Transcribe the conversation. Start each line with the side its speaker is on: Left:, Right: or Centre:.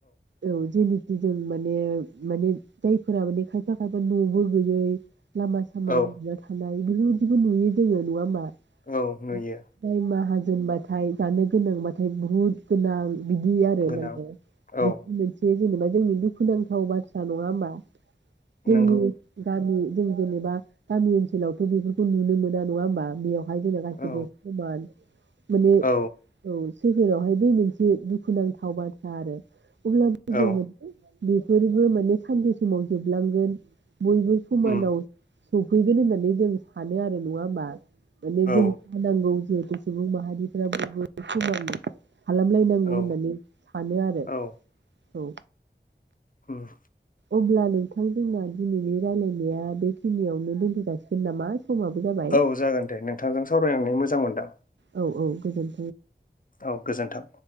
Right: औ जेने जों माने माने जायफोरा माने खाय फा खायफा न'बो गैयै लामा सामा
Left: औ
Right: उन्दुना थानाय बेफोरबायदिबो नुयो जोङो नङा होमबा?
Left: औ नुयो
Right: <unintelligible> दोनबाथाय जानो गोनांबाथाय बुहुद गोनां बिदि आरो
Left: गोनां
Right: माने बिबो
Left: औ
Right: मोनसे जेनेबा जोंनि दुखुनांथाव बाथ्रा नङा होमबा जोंनि
Left: नंगौ
Right: गामि जों जेनेबा गामि ओनसोलावथ' बेफोरखौ नुनो मोना नङा होमबा बेयावहाय जोंना गासिबो
Left: औ
Right: समान। माने
Left: औ
Right: औ सोहोरावहाय बै मोनसे दुखुनांथाव बाथ्रा आरो अब्लाबो
Left: औ
Right: <unintelligible> बेफोरबो माने सानसे समाव जोब लांगोन बयबो समानाव
Left: उम
Right: सफैगोन होननानै जों सानो आरो नङा होमबा? माने
Left: औ
Right: जों खानांगौ जिहेतु सुबुं माहारिफोराबो बयबो <unintelligible> खालामलायनांगौ
Left: औ
Right: होननानै सानो आरो।
Left: औ
Right: औ
Left: ओम
Right: अब्ला नोंथां जोंना दिनैनि रायलायनाया बेखिनियावनो दोनथ'जासिगोन नामा? समाबो जाबाय
Left: औ जागोन दे नोंथांजों सावरायनानै मोजां मोनदां।
Right: औ औ गोजोन
Left: अ औ गोजोन्थों।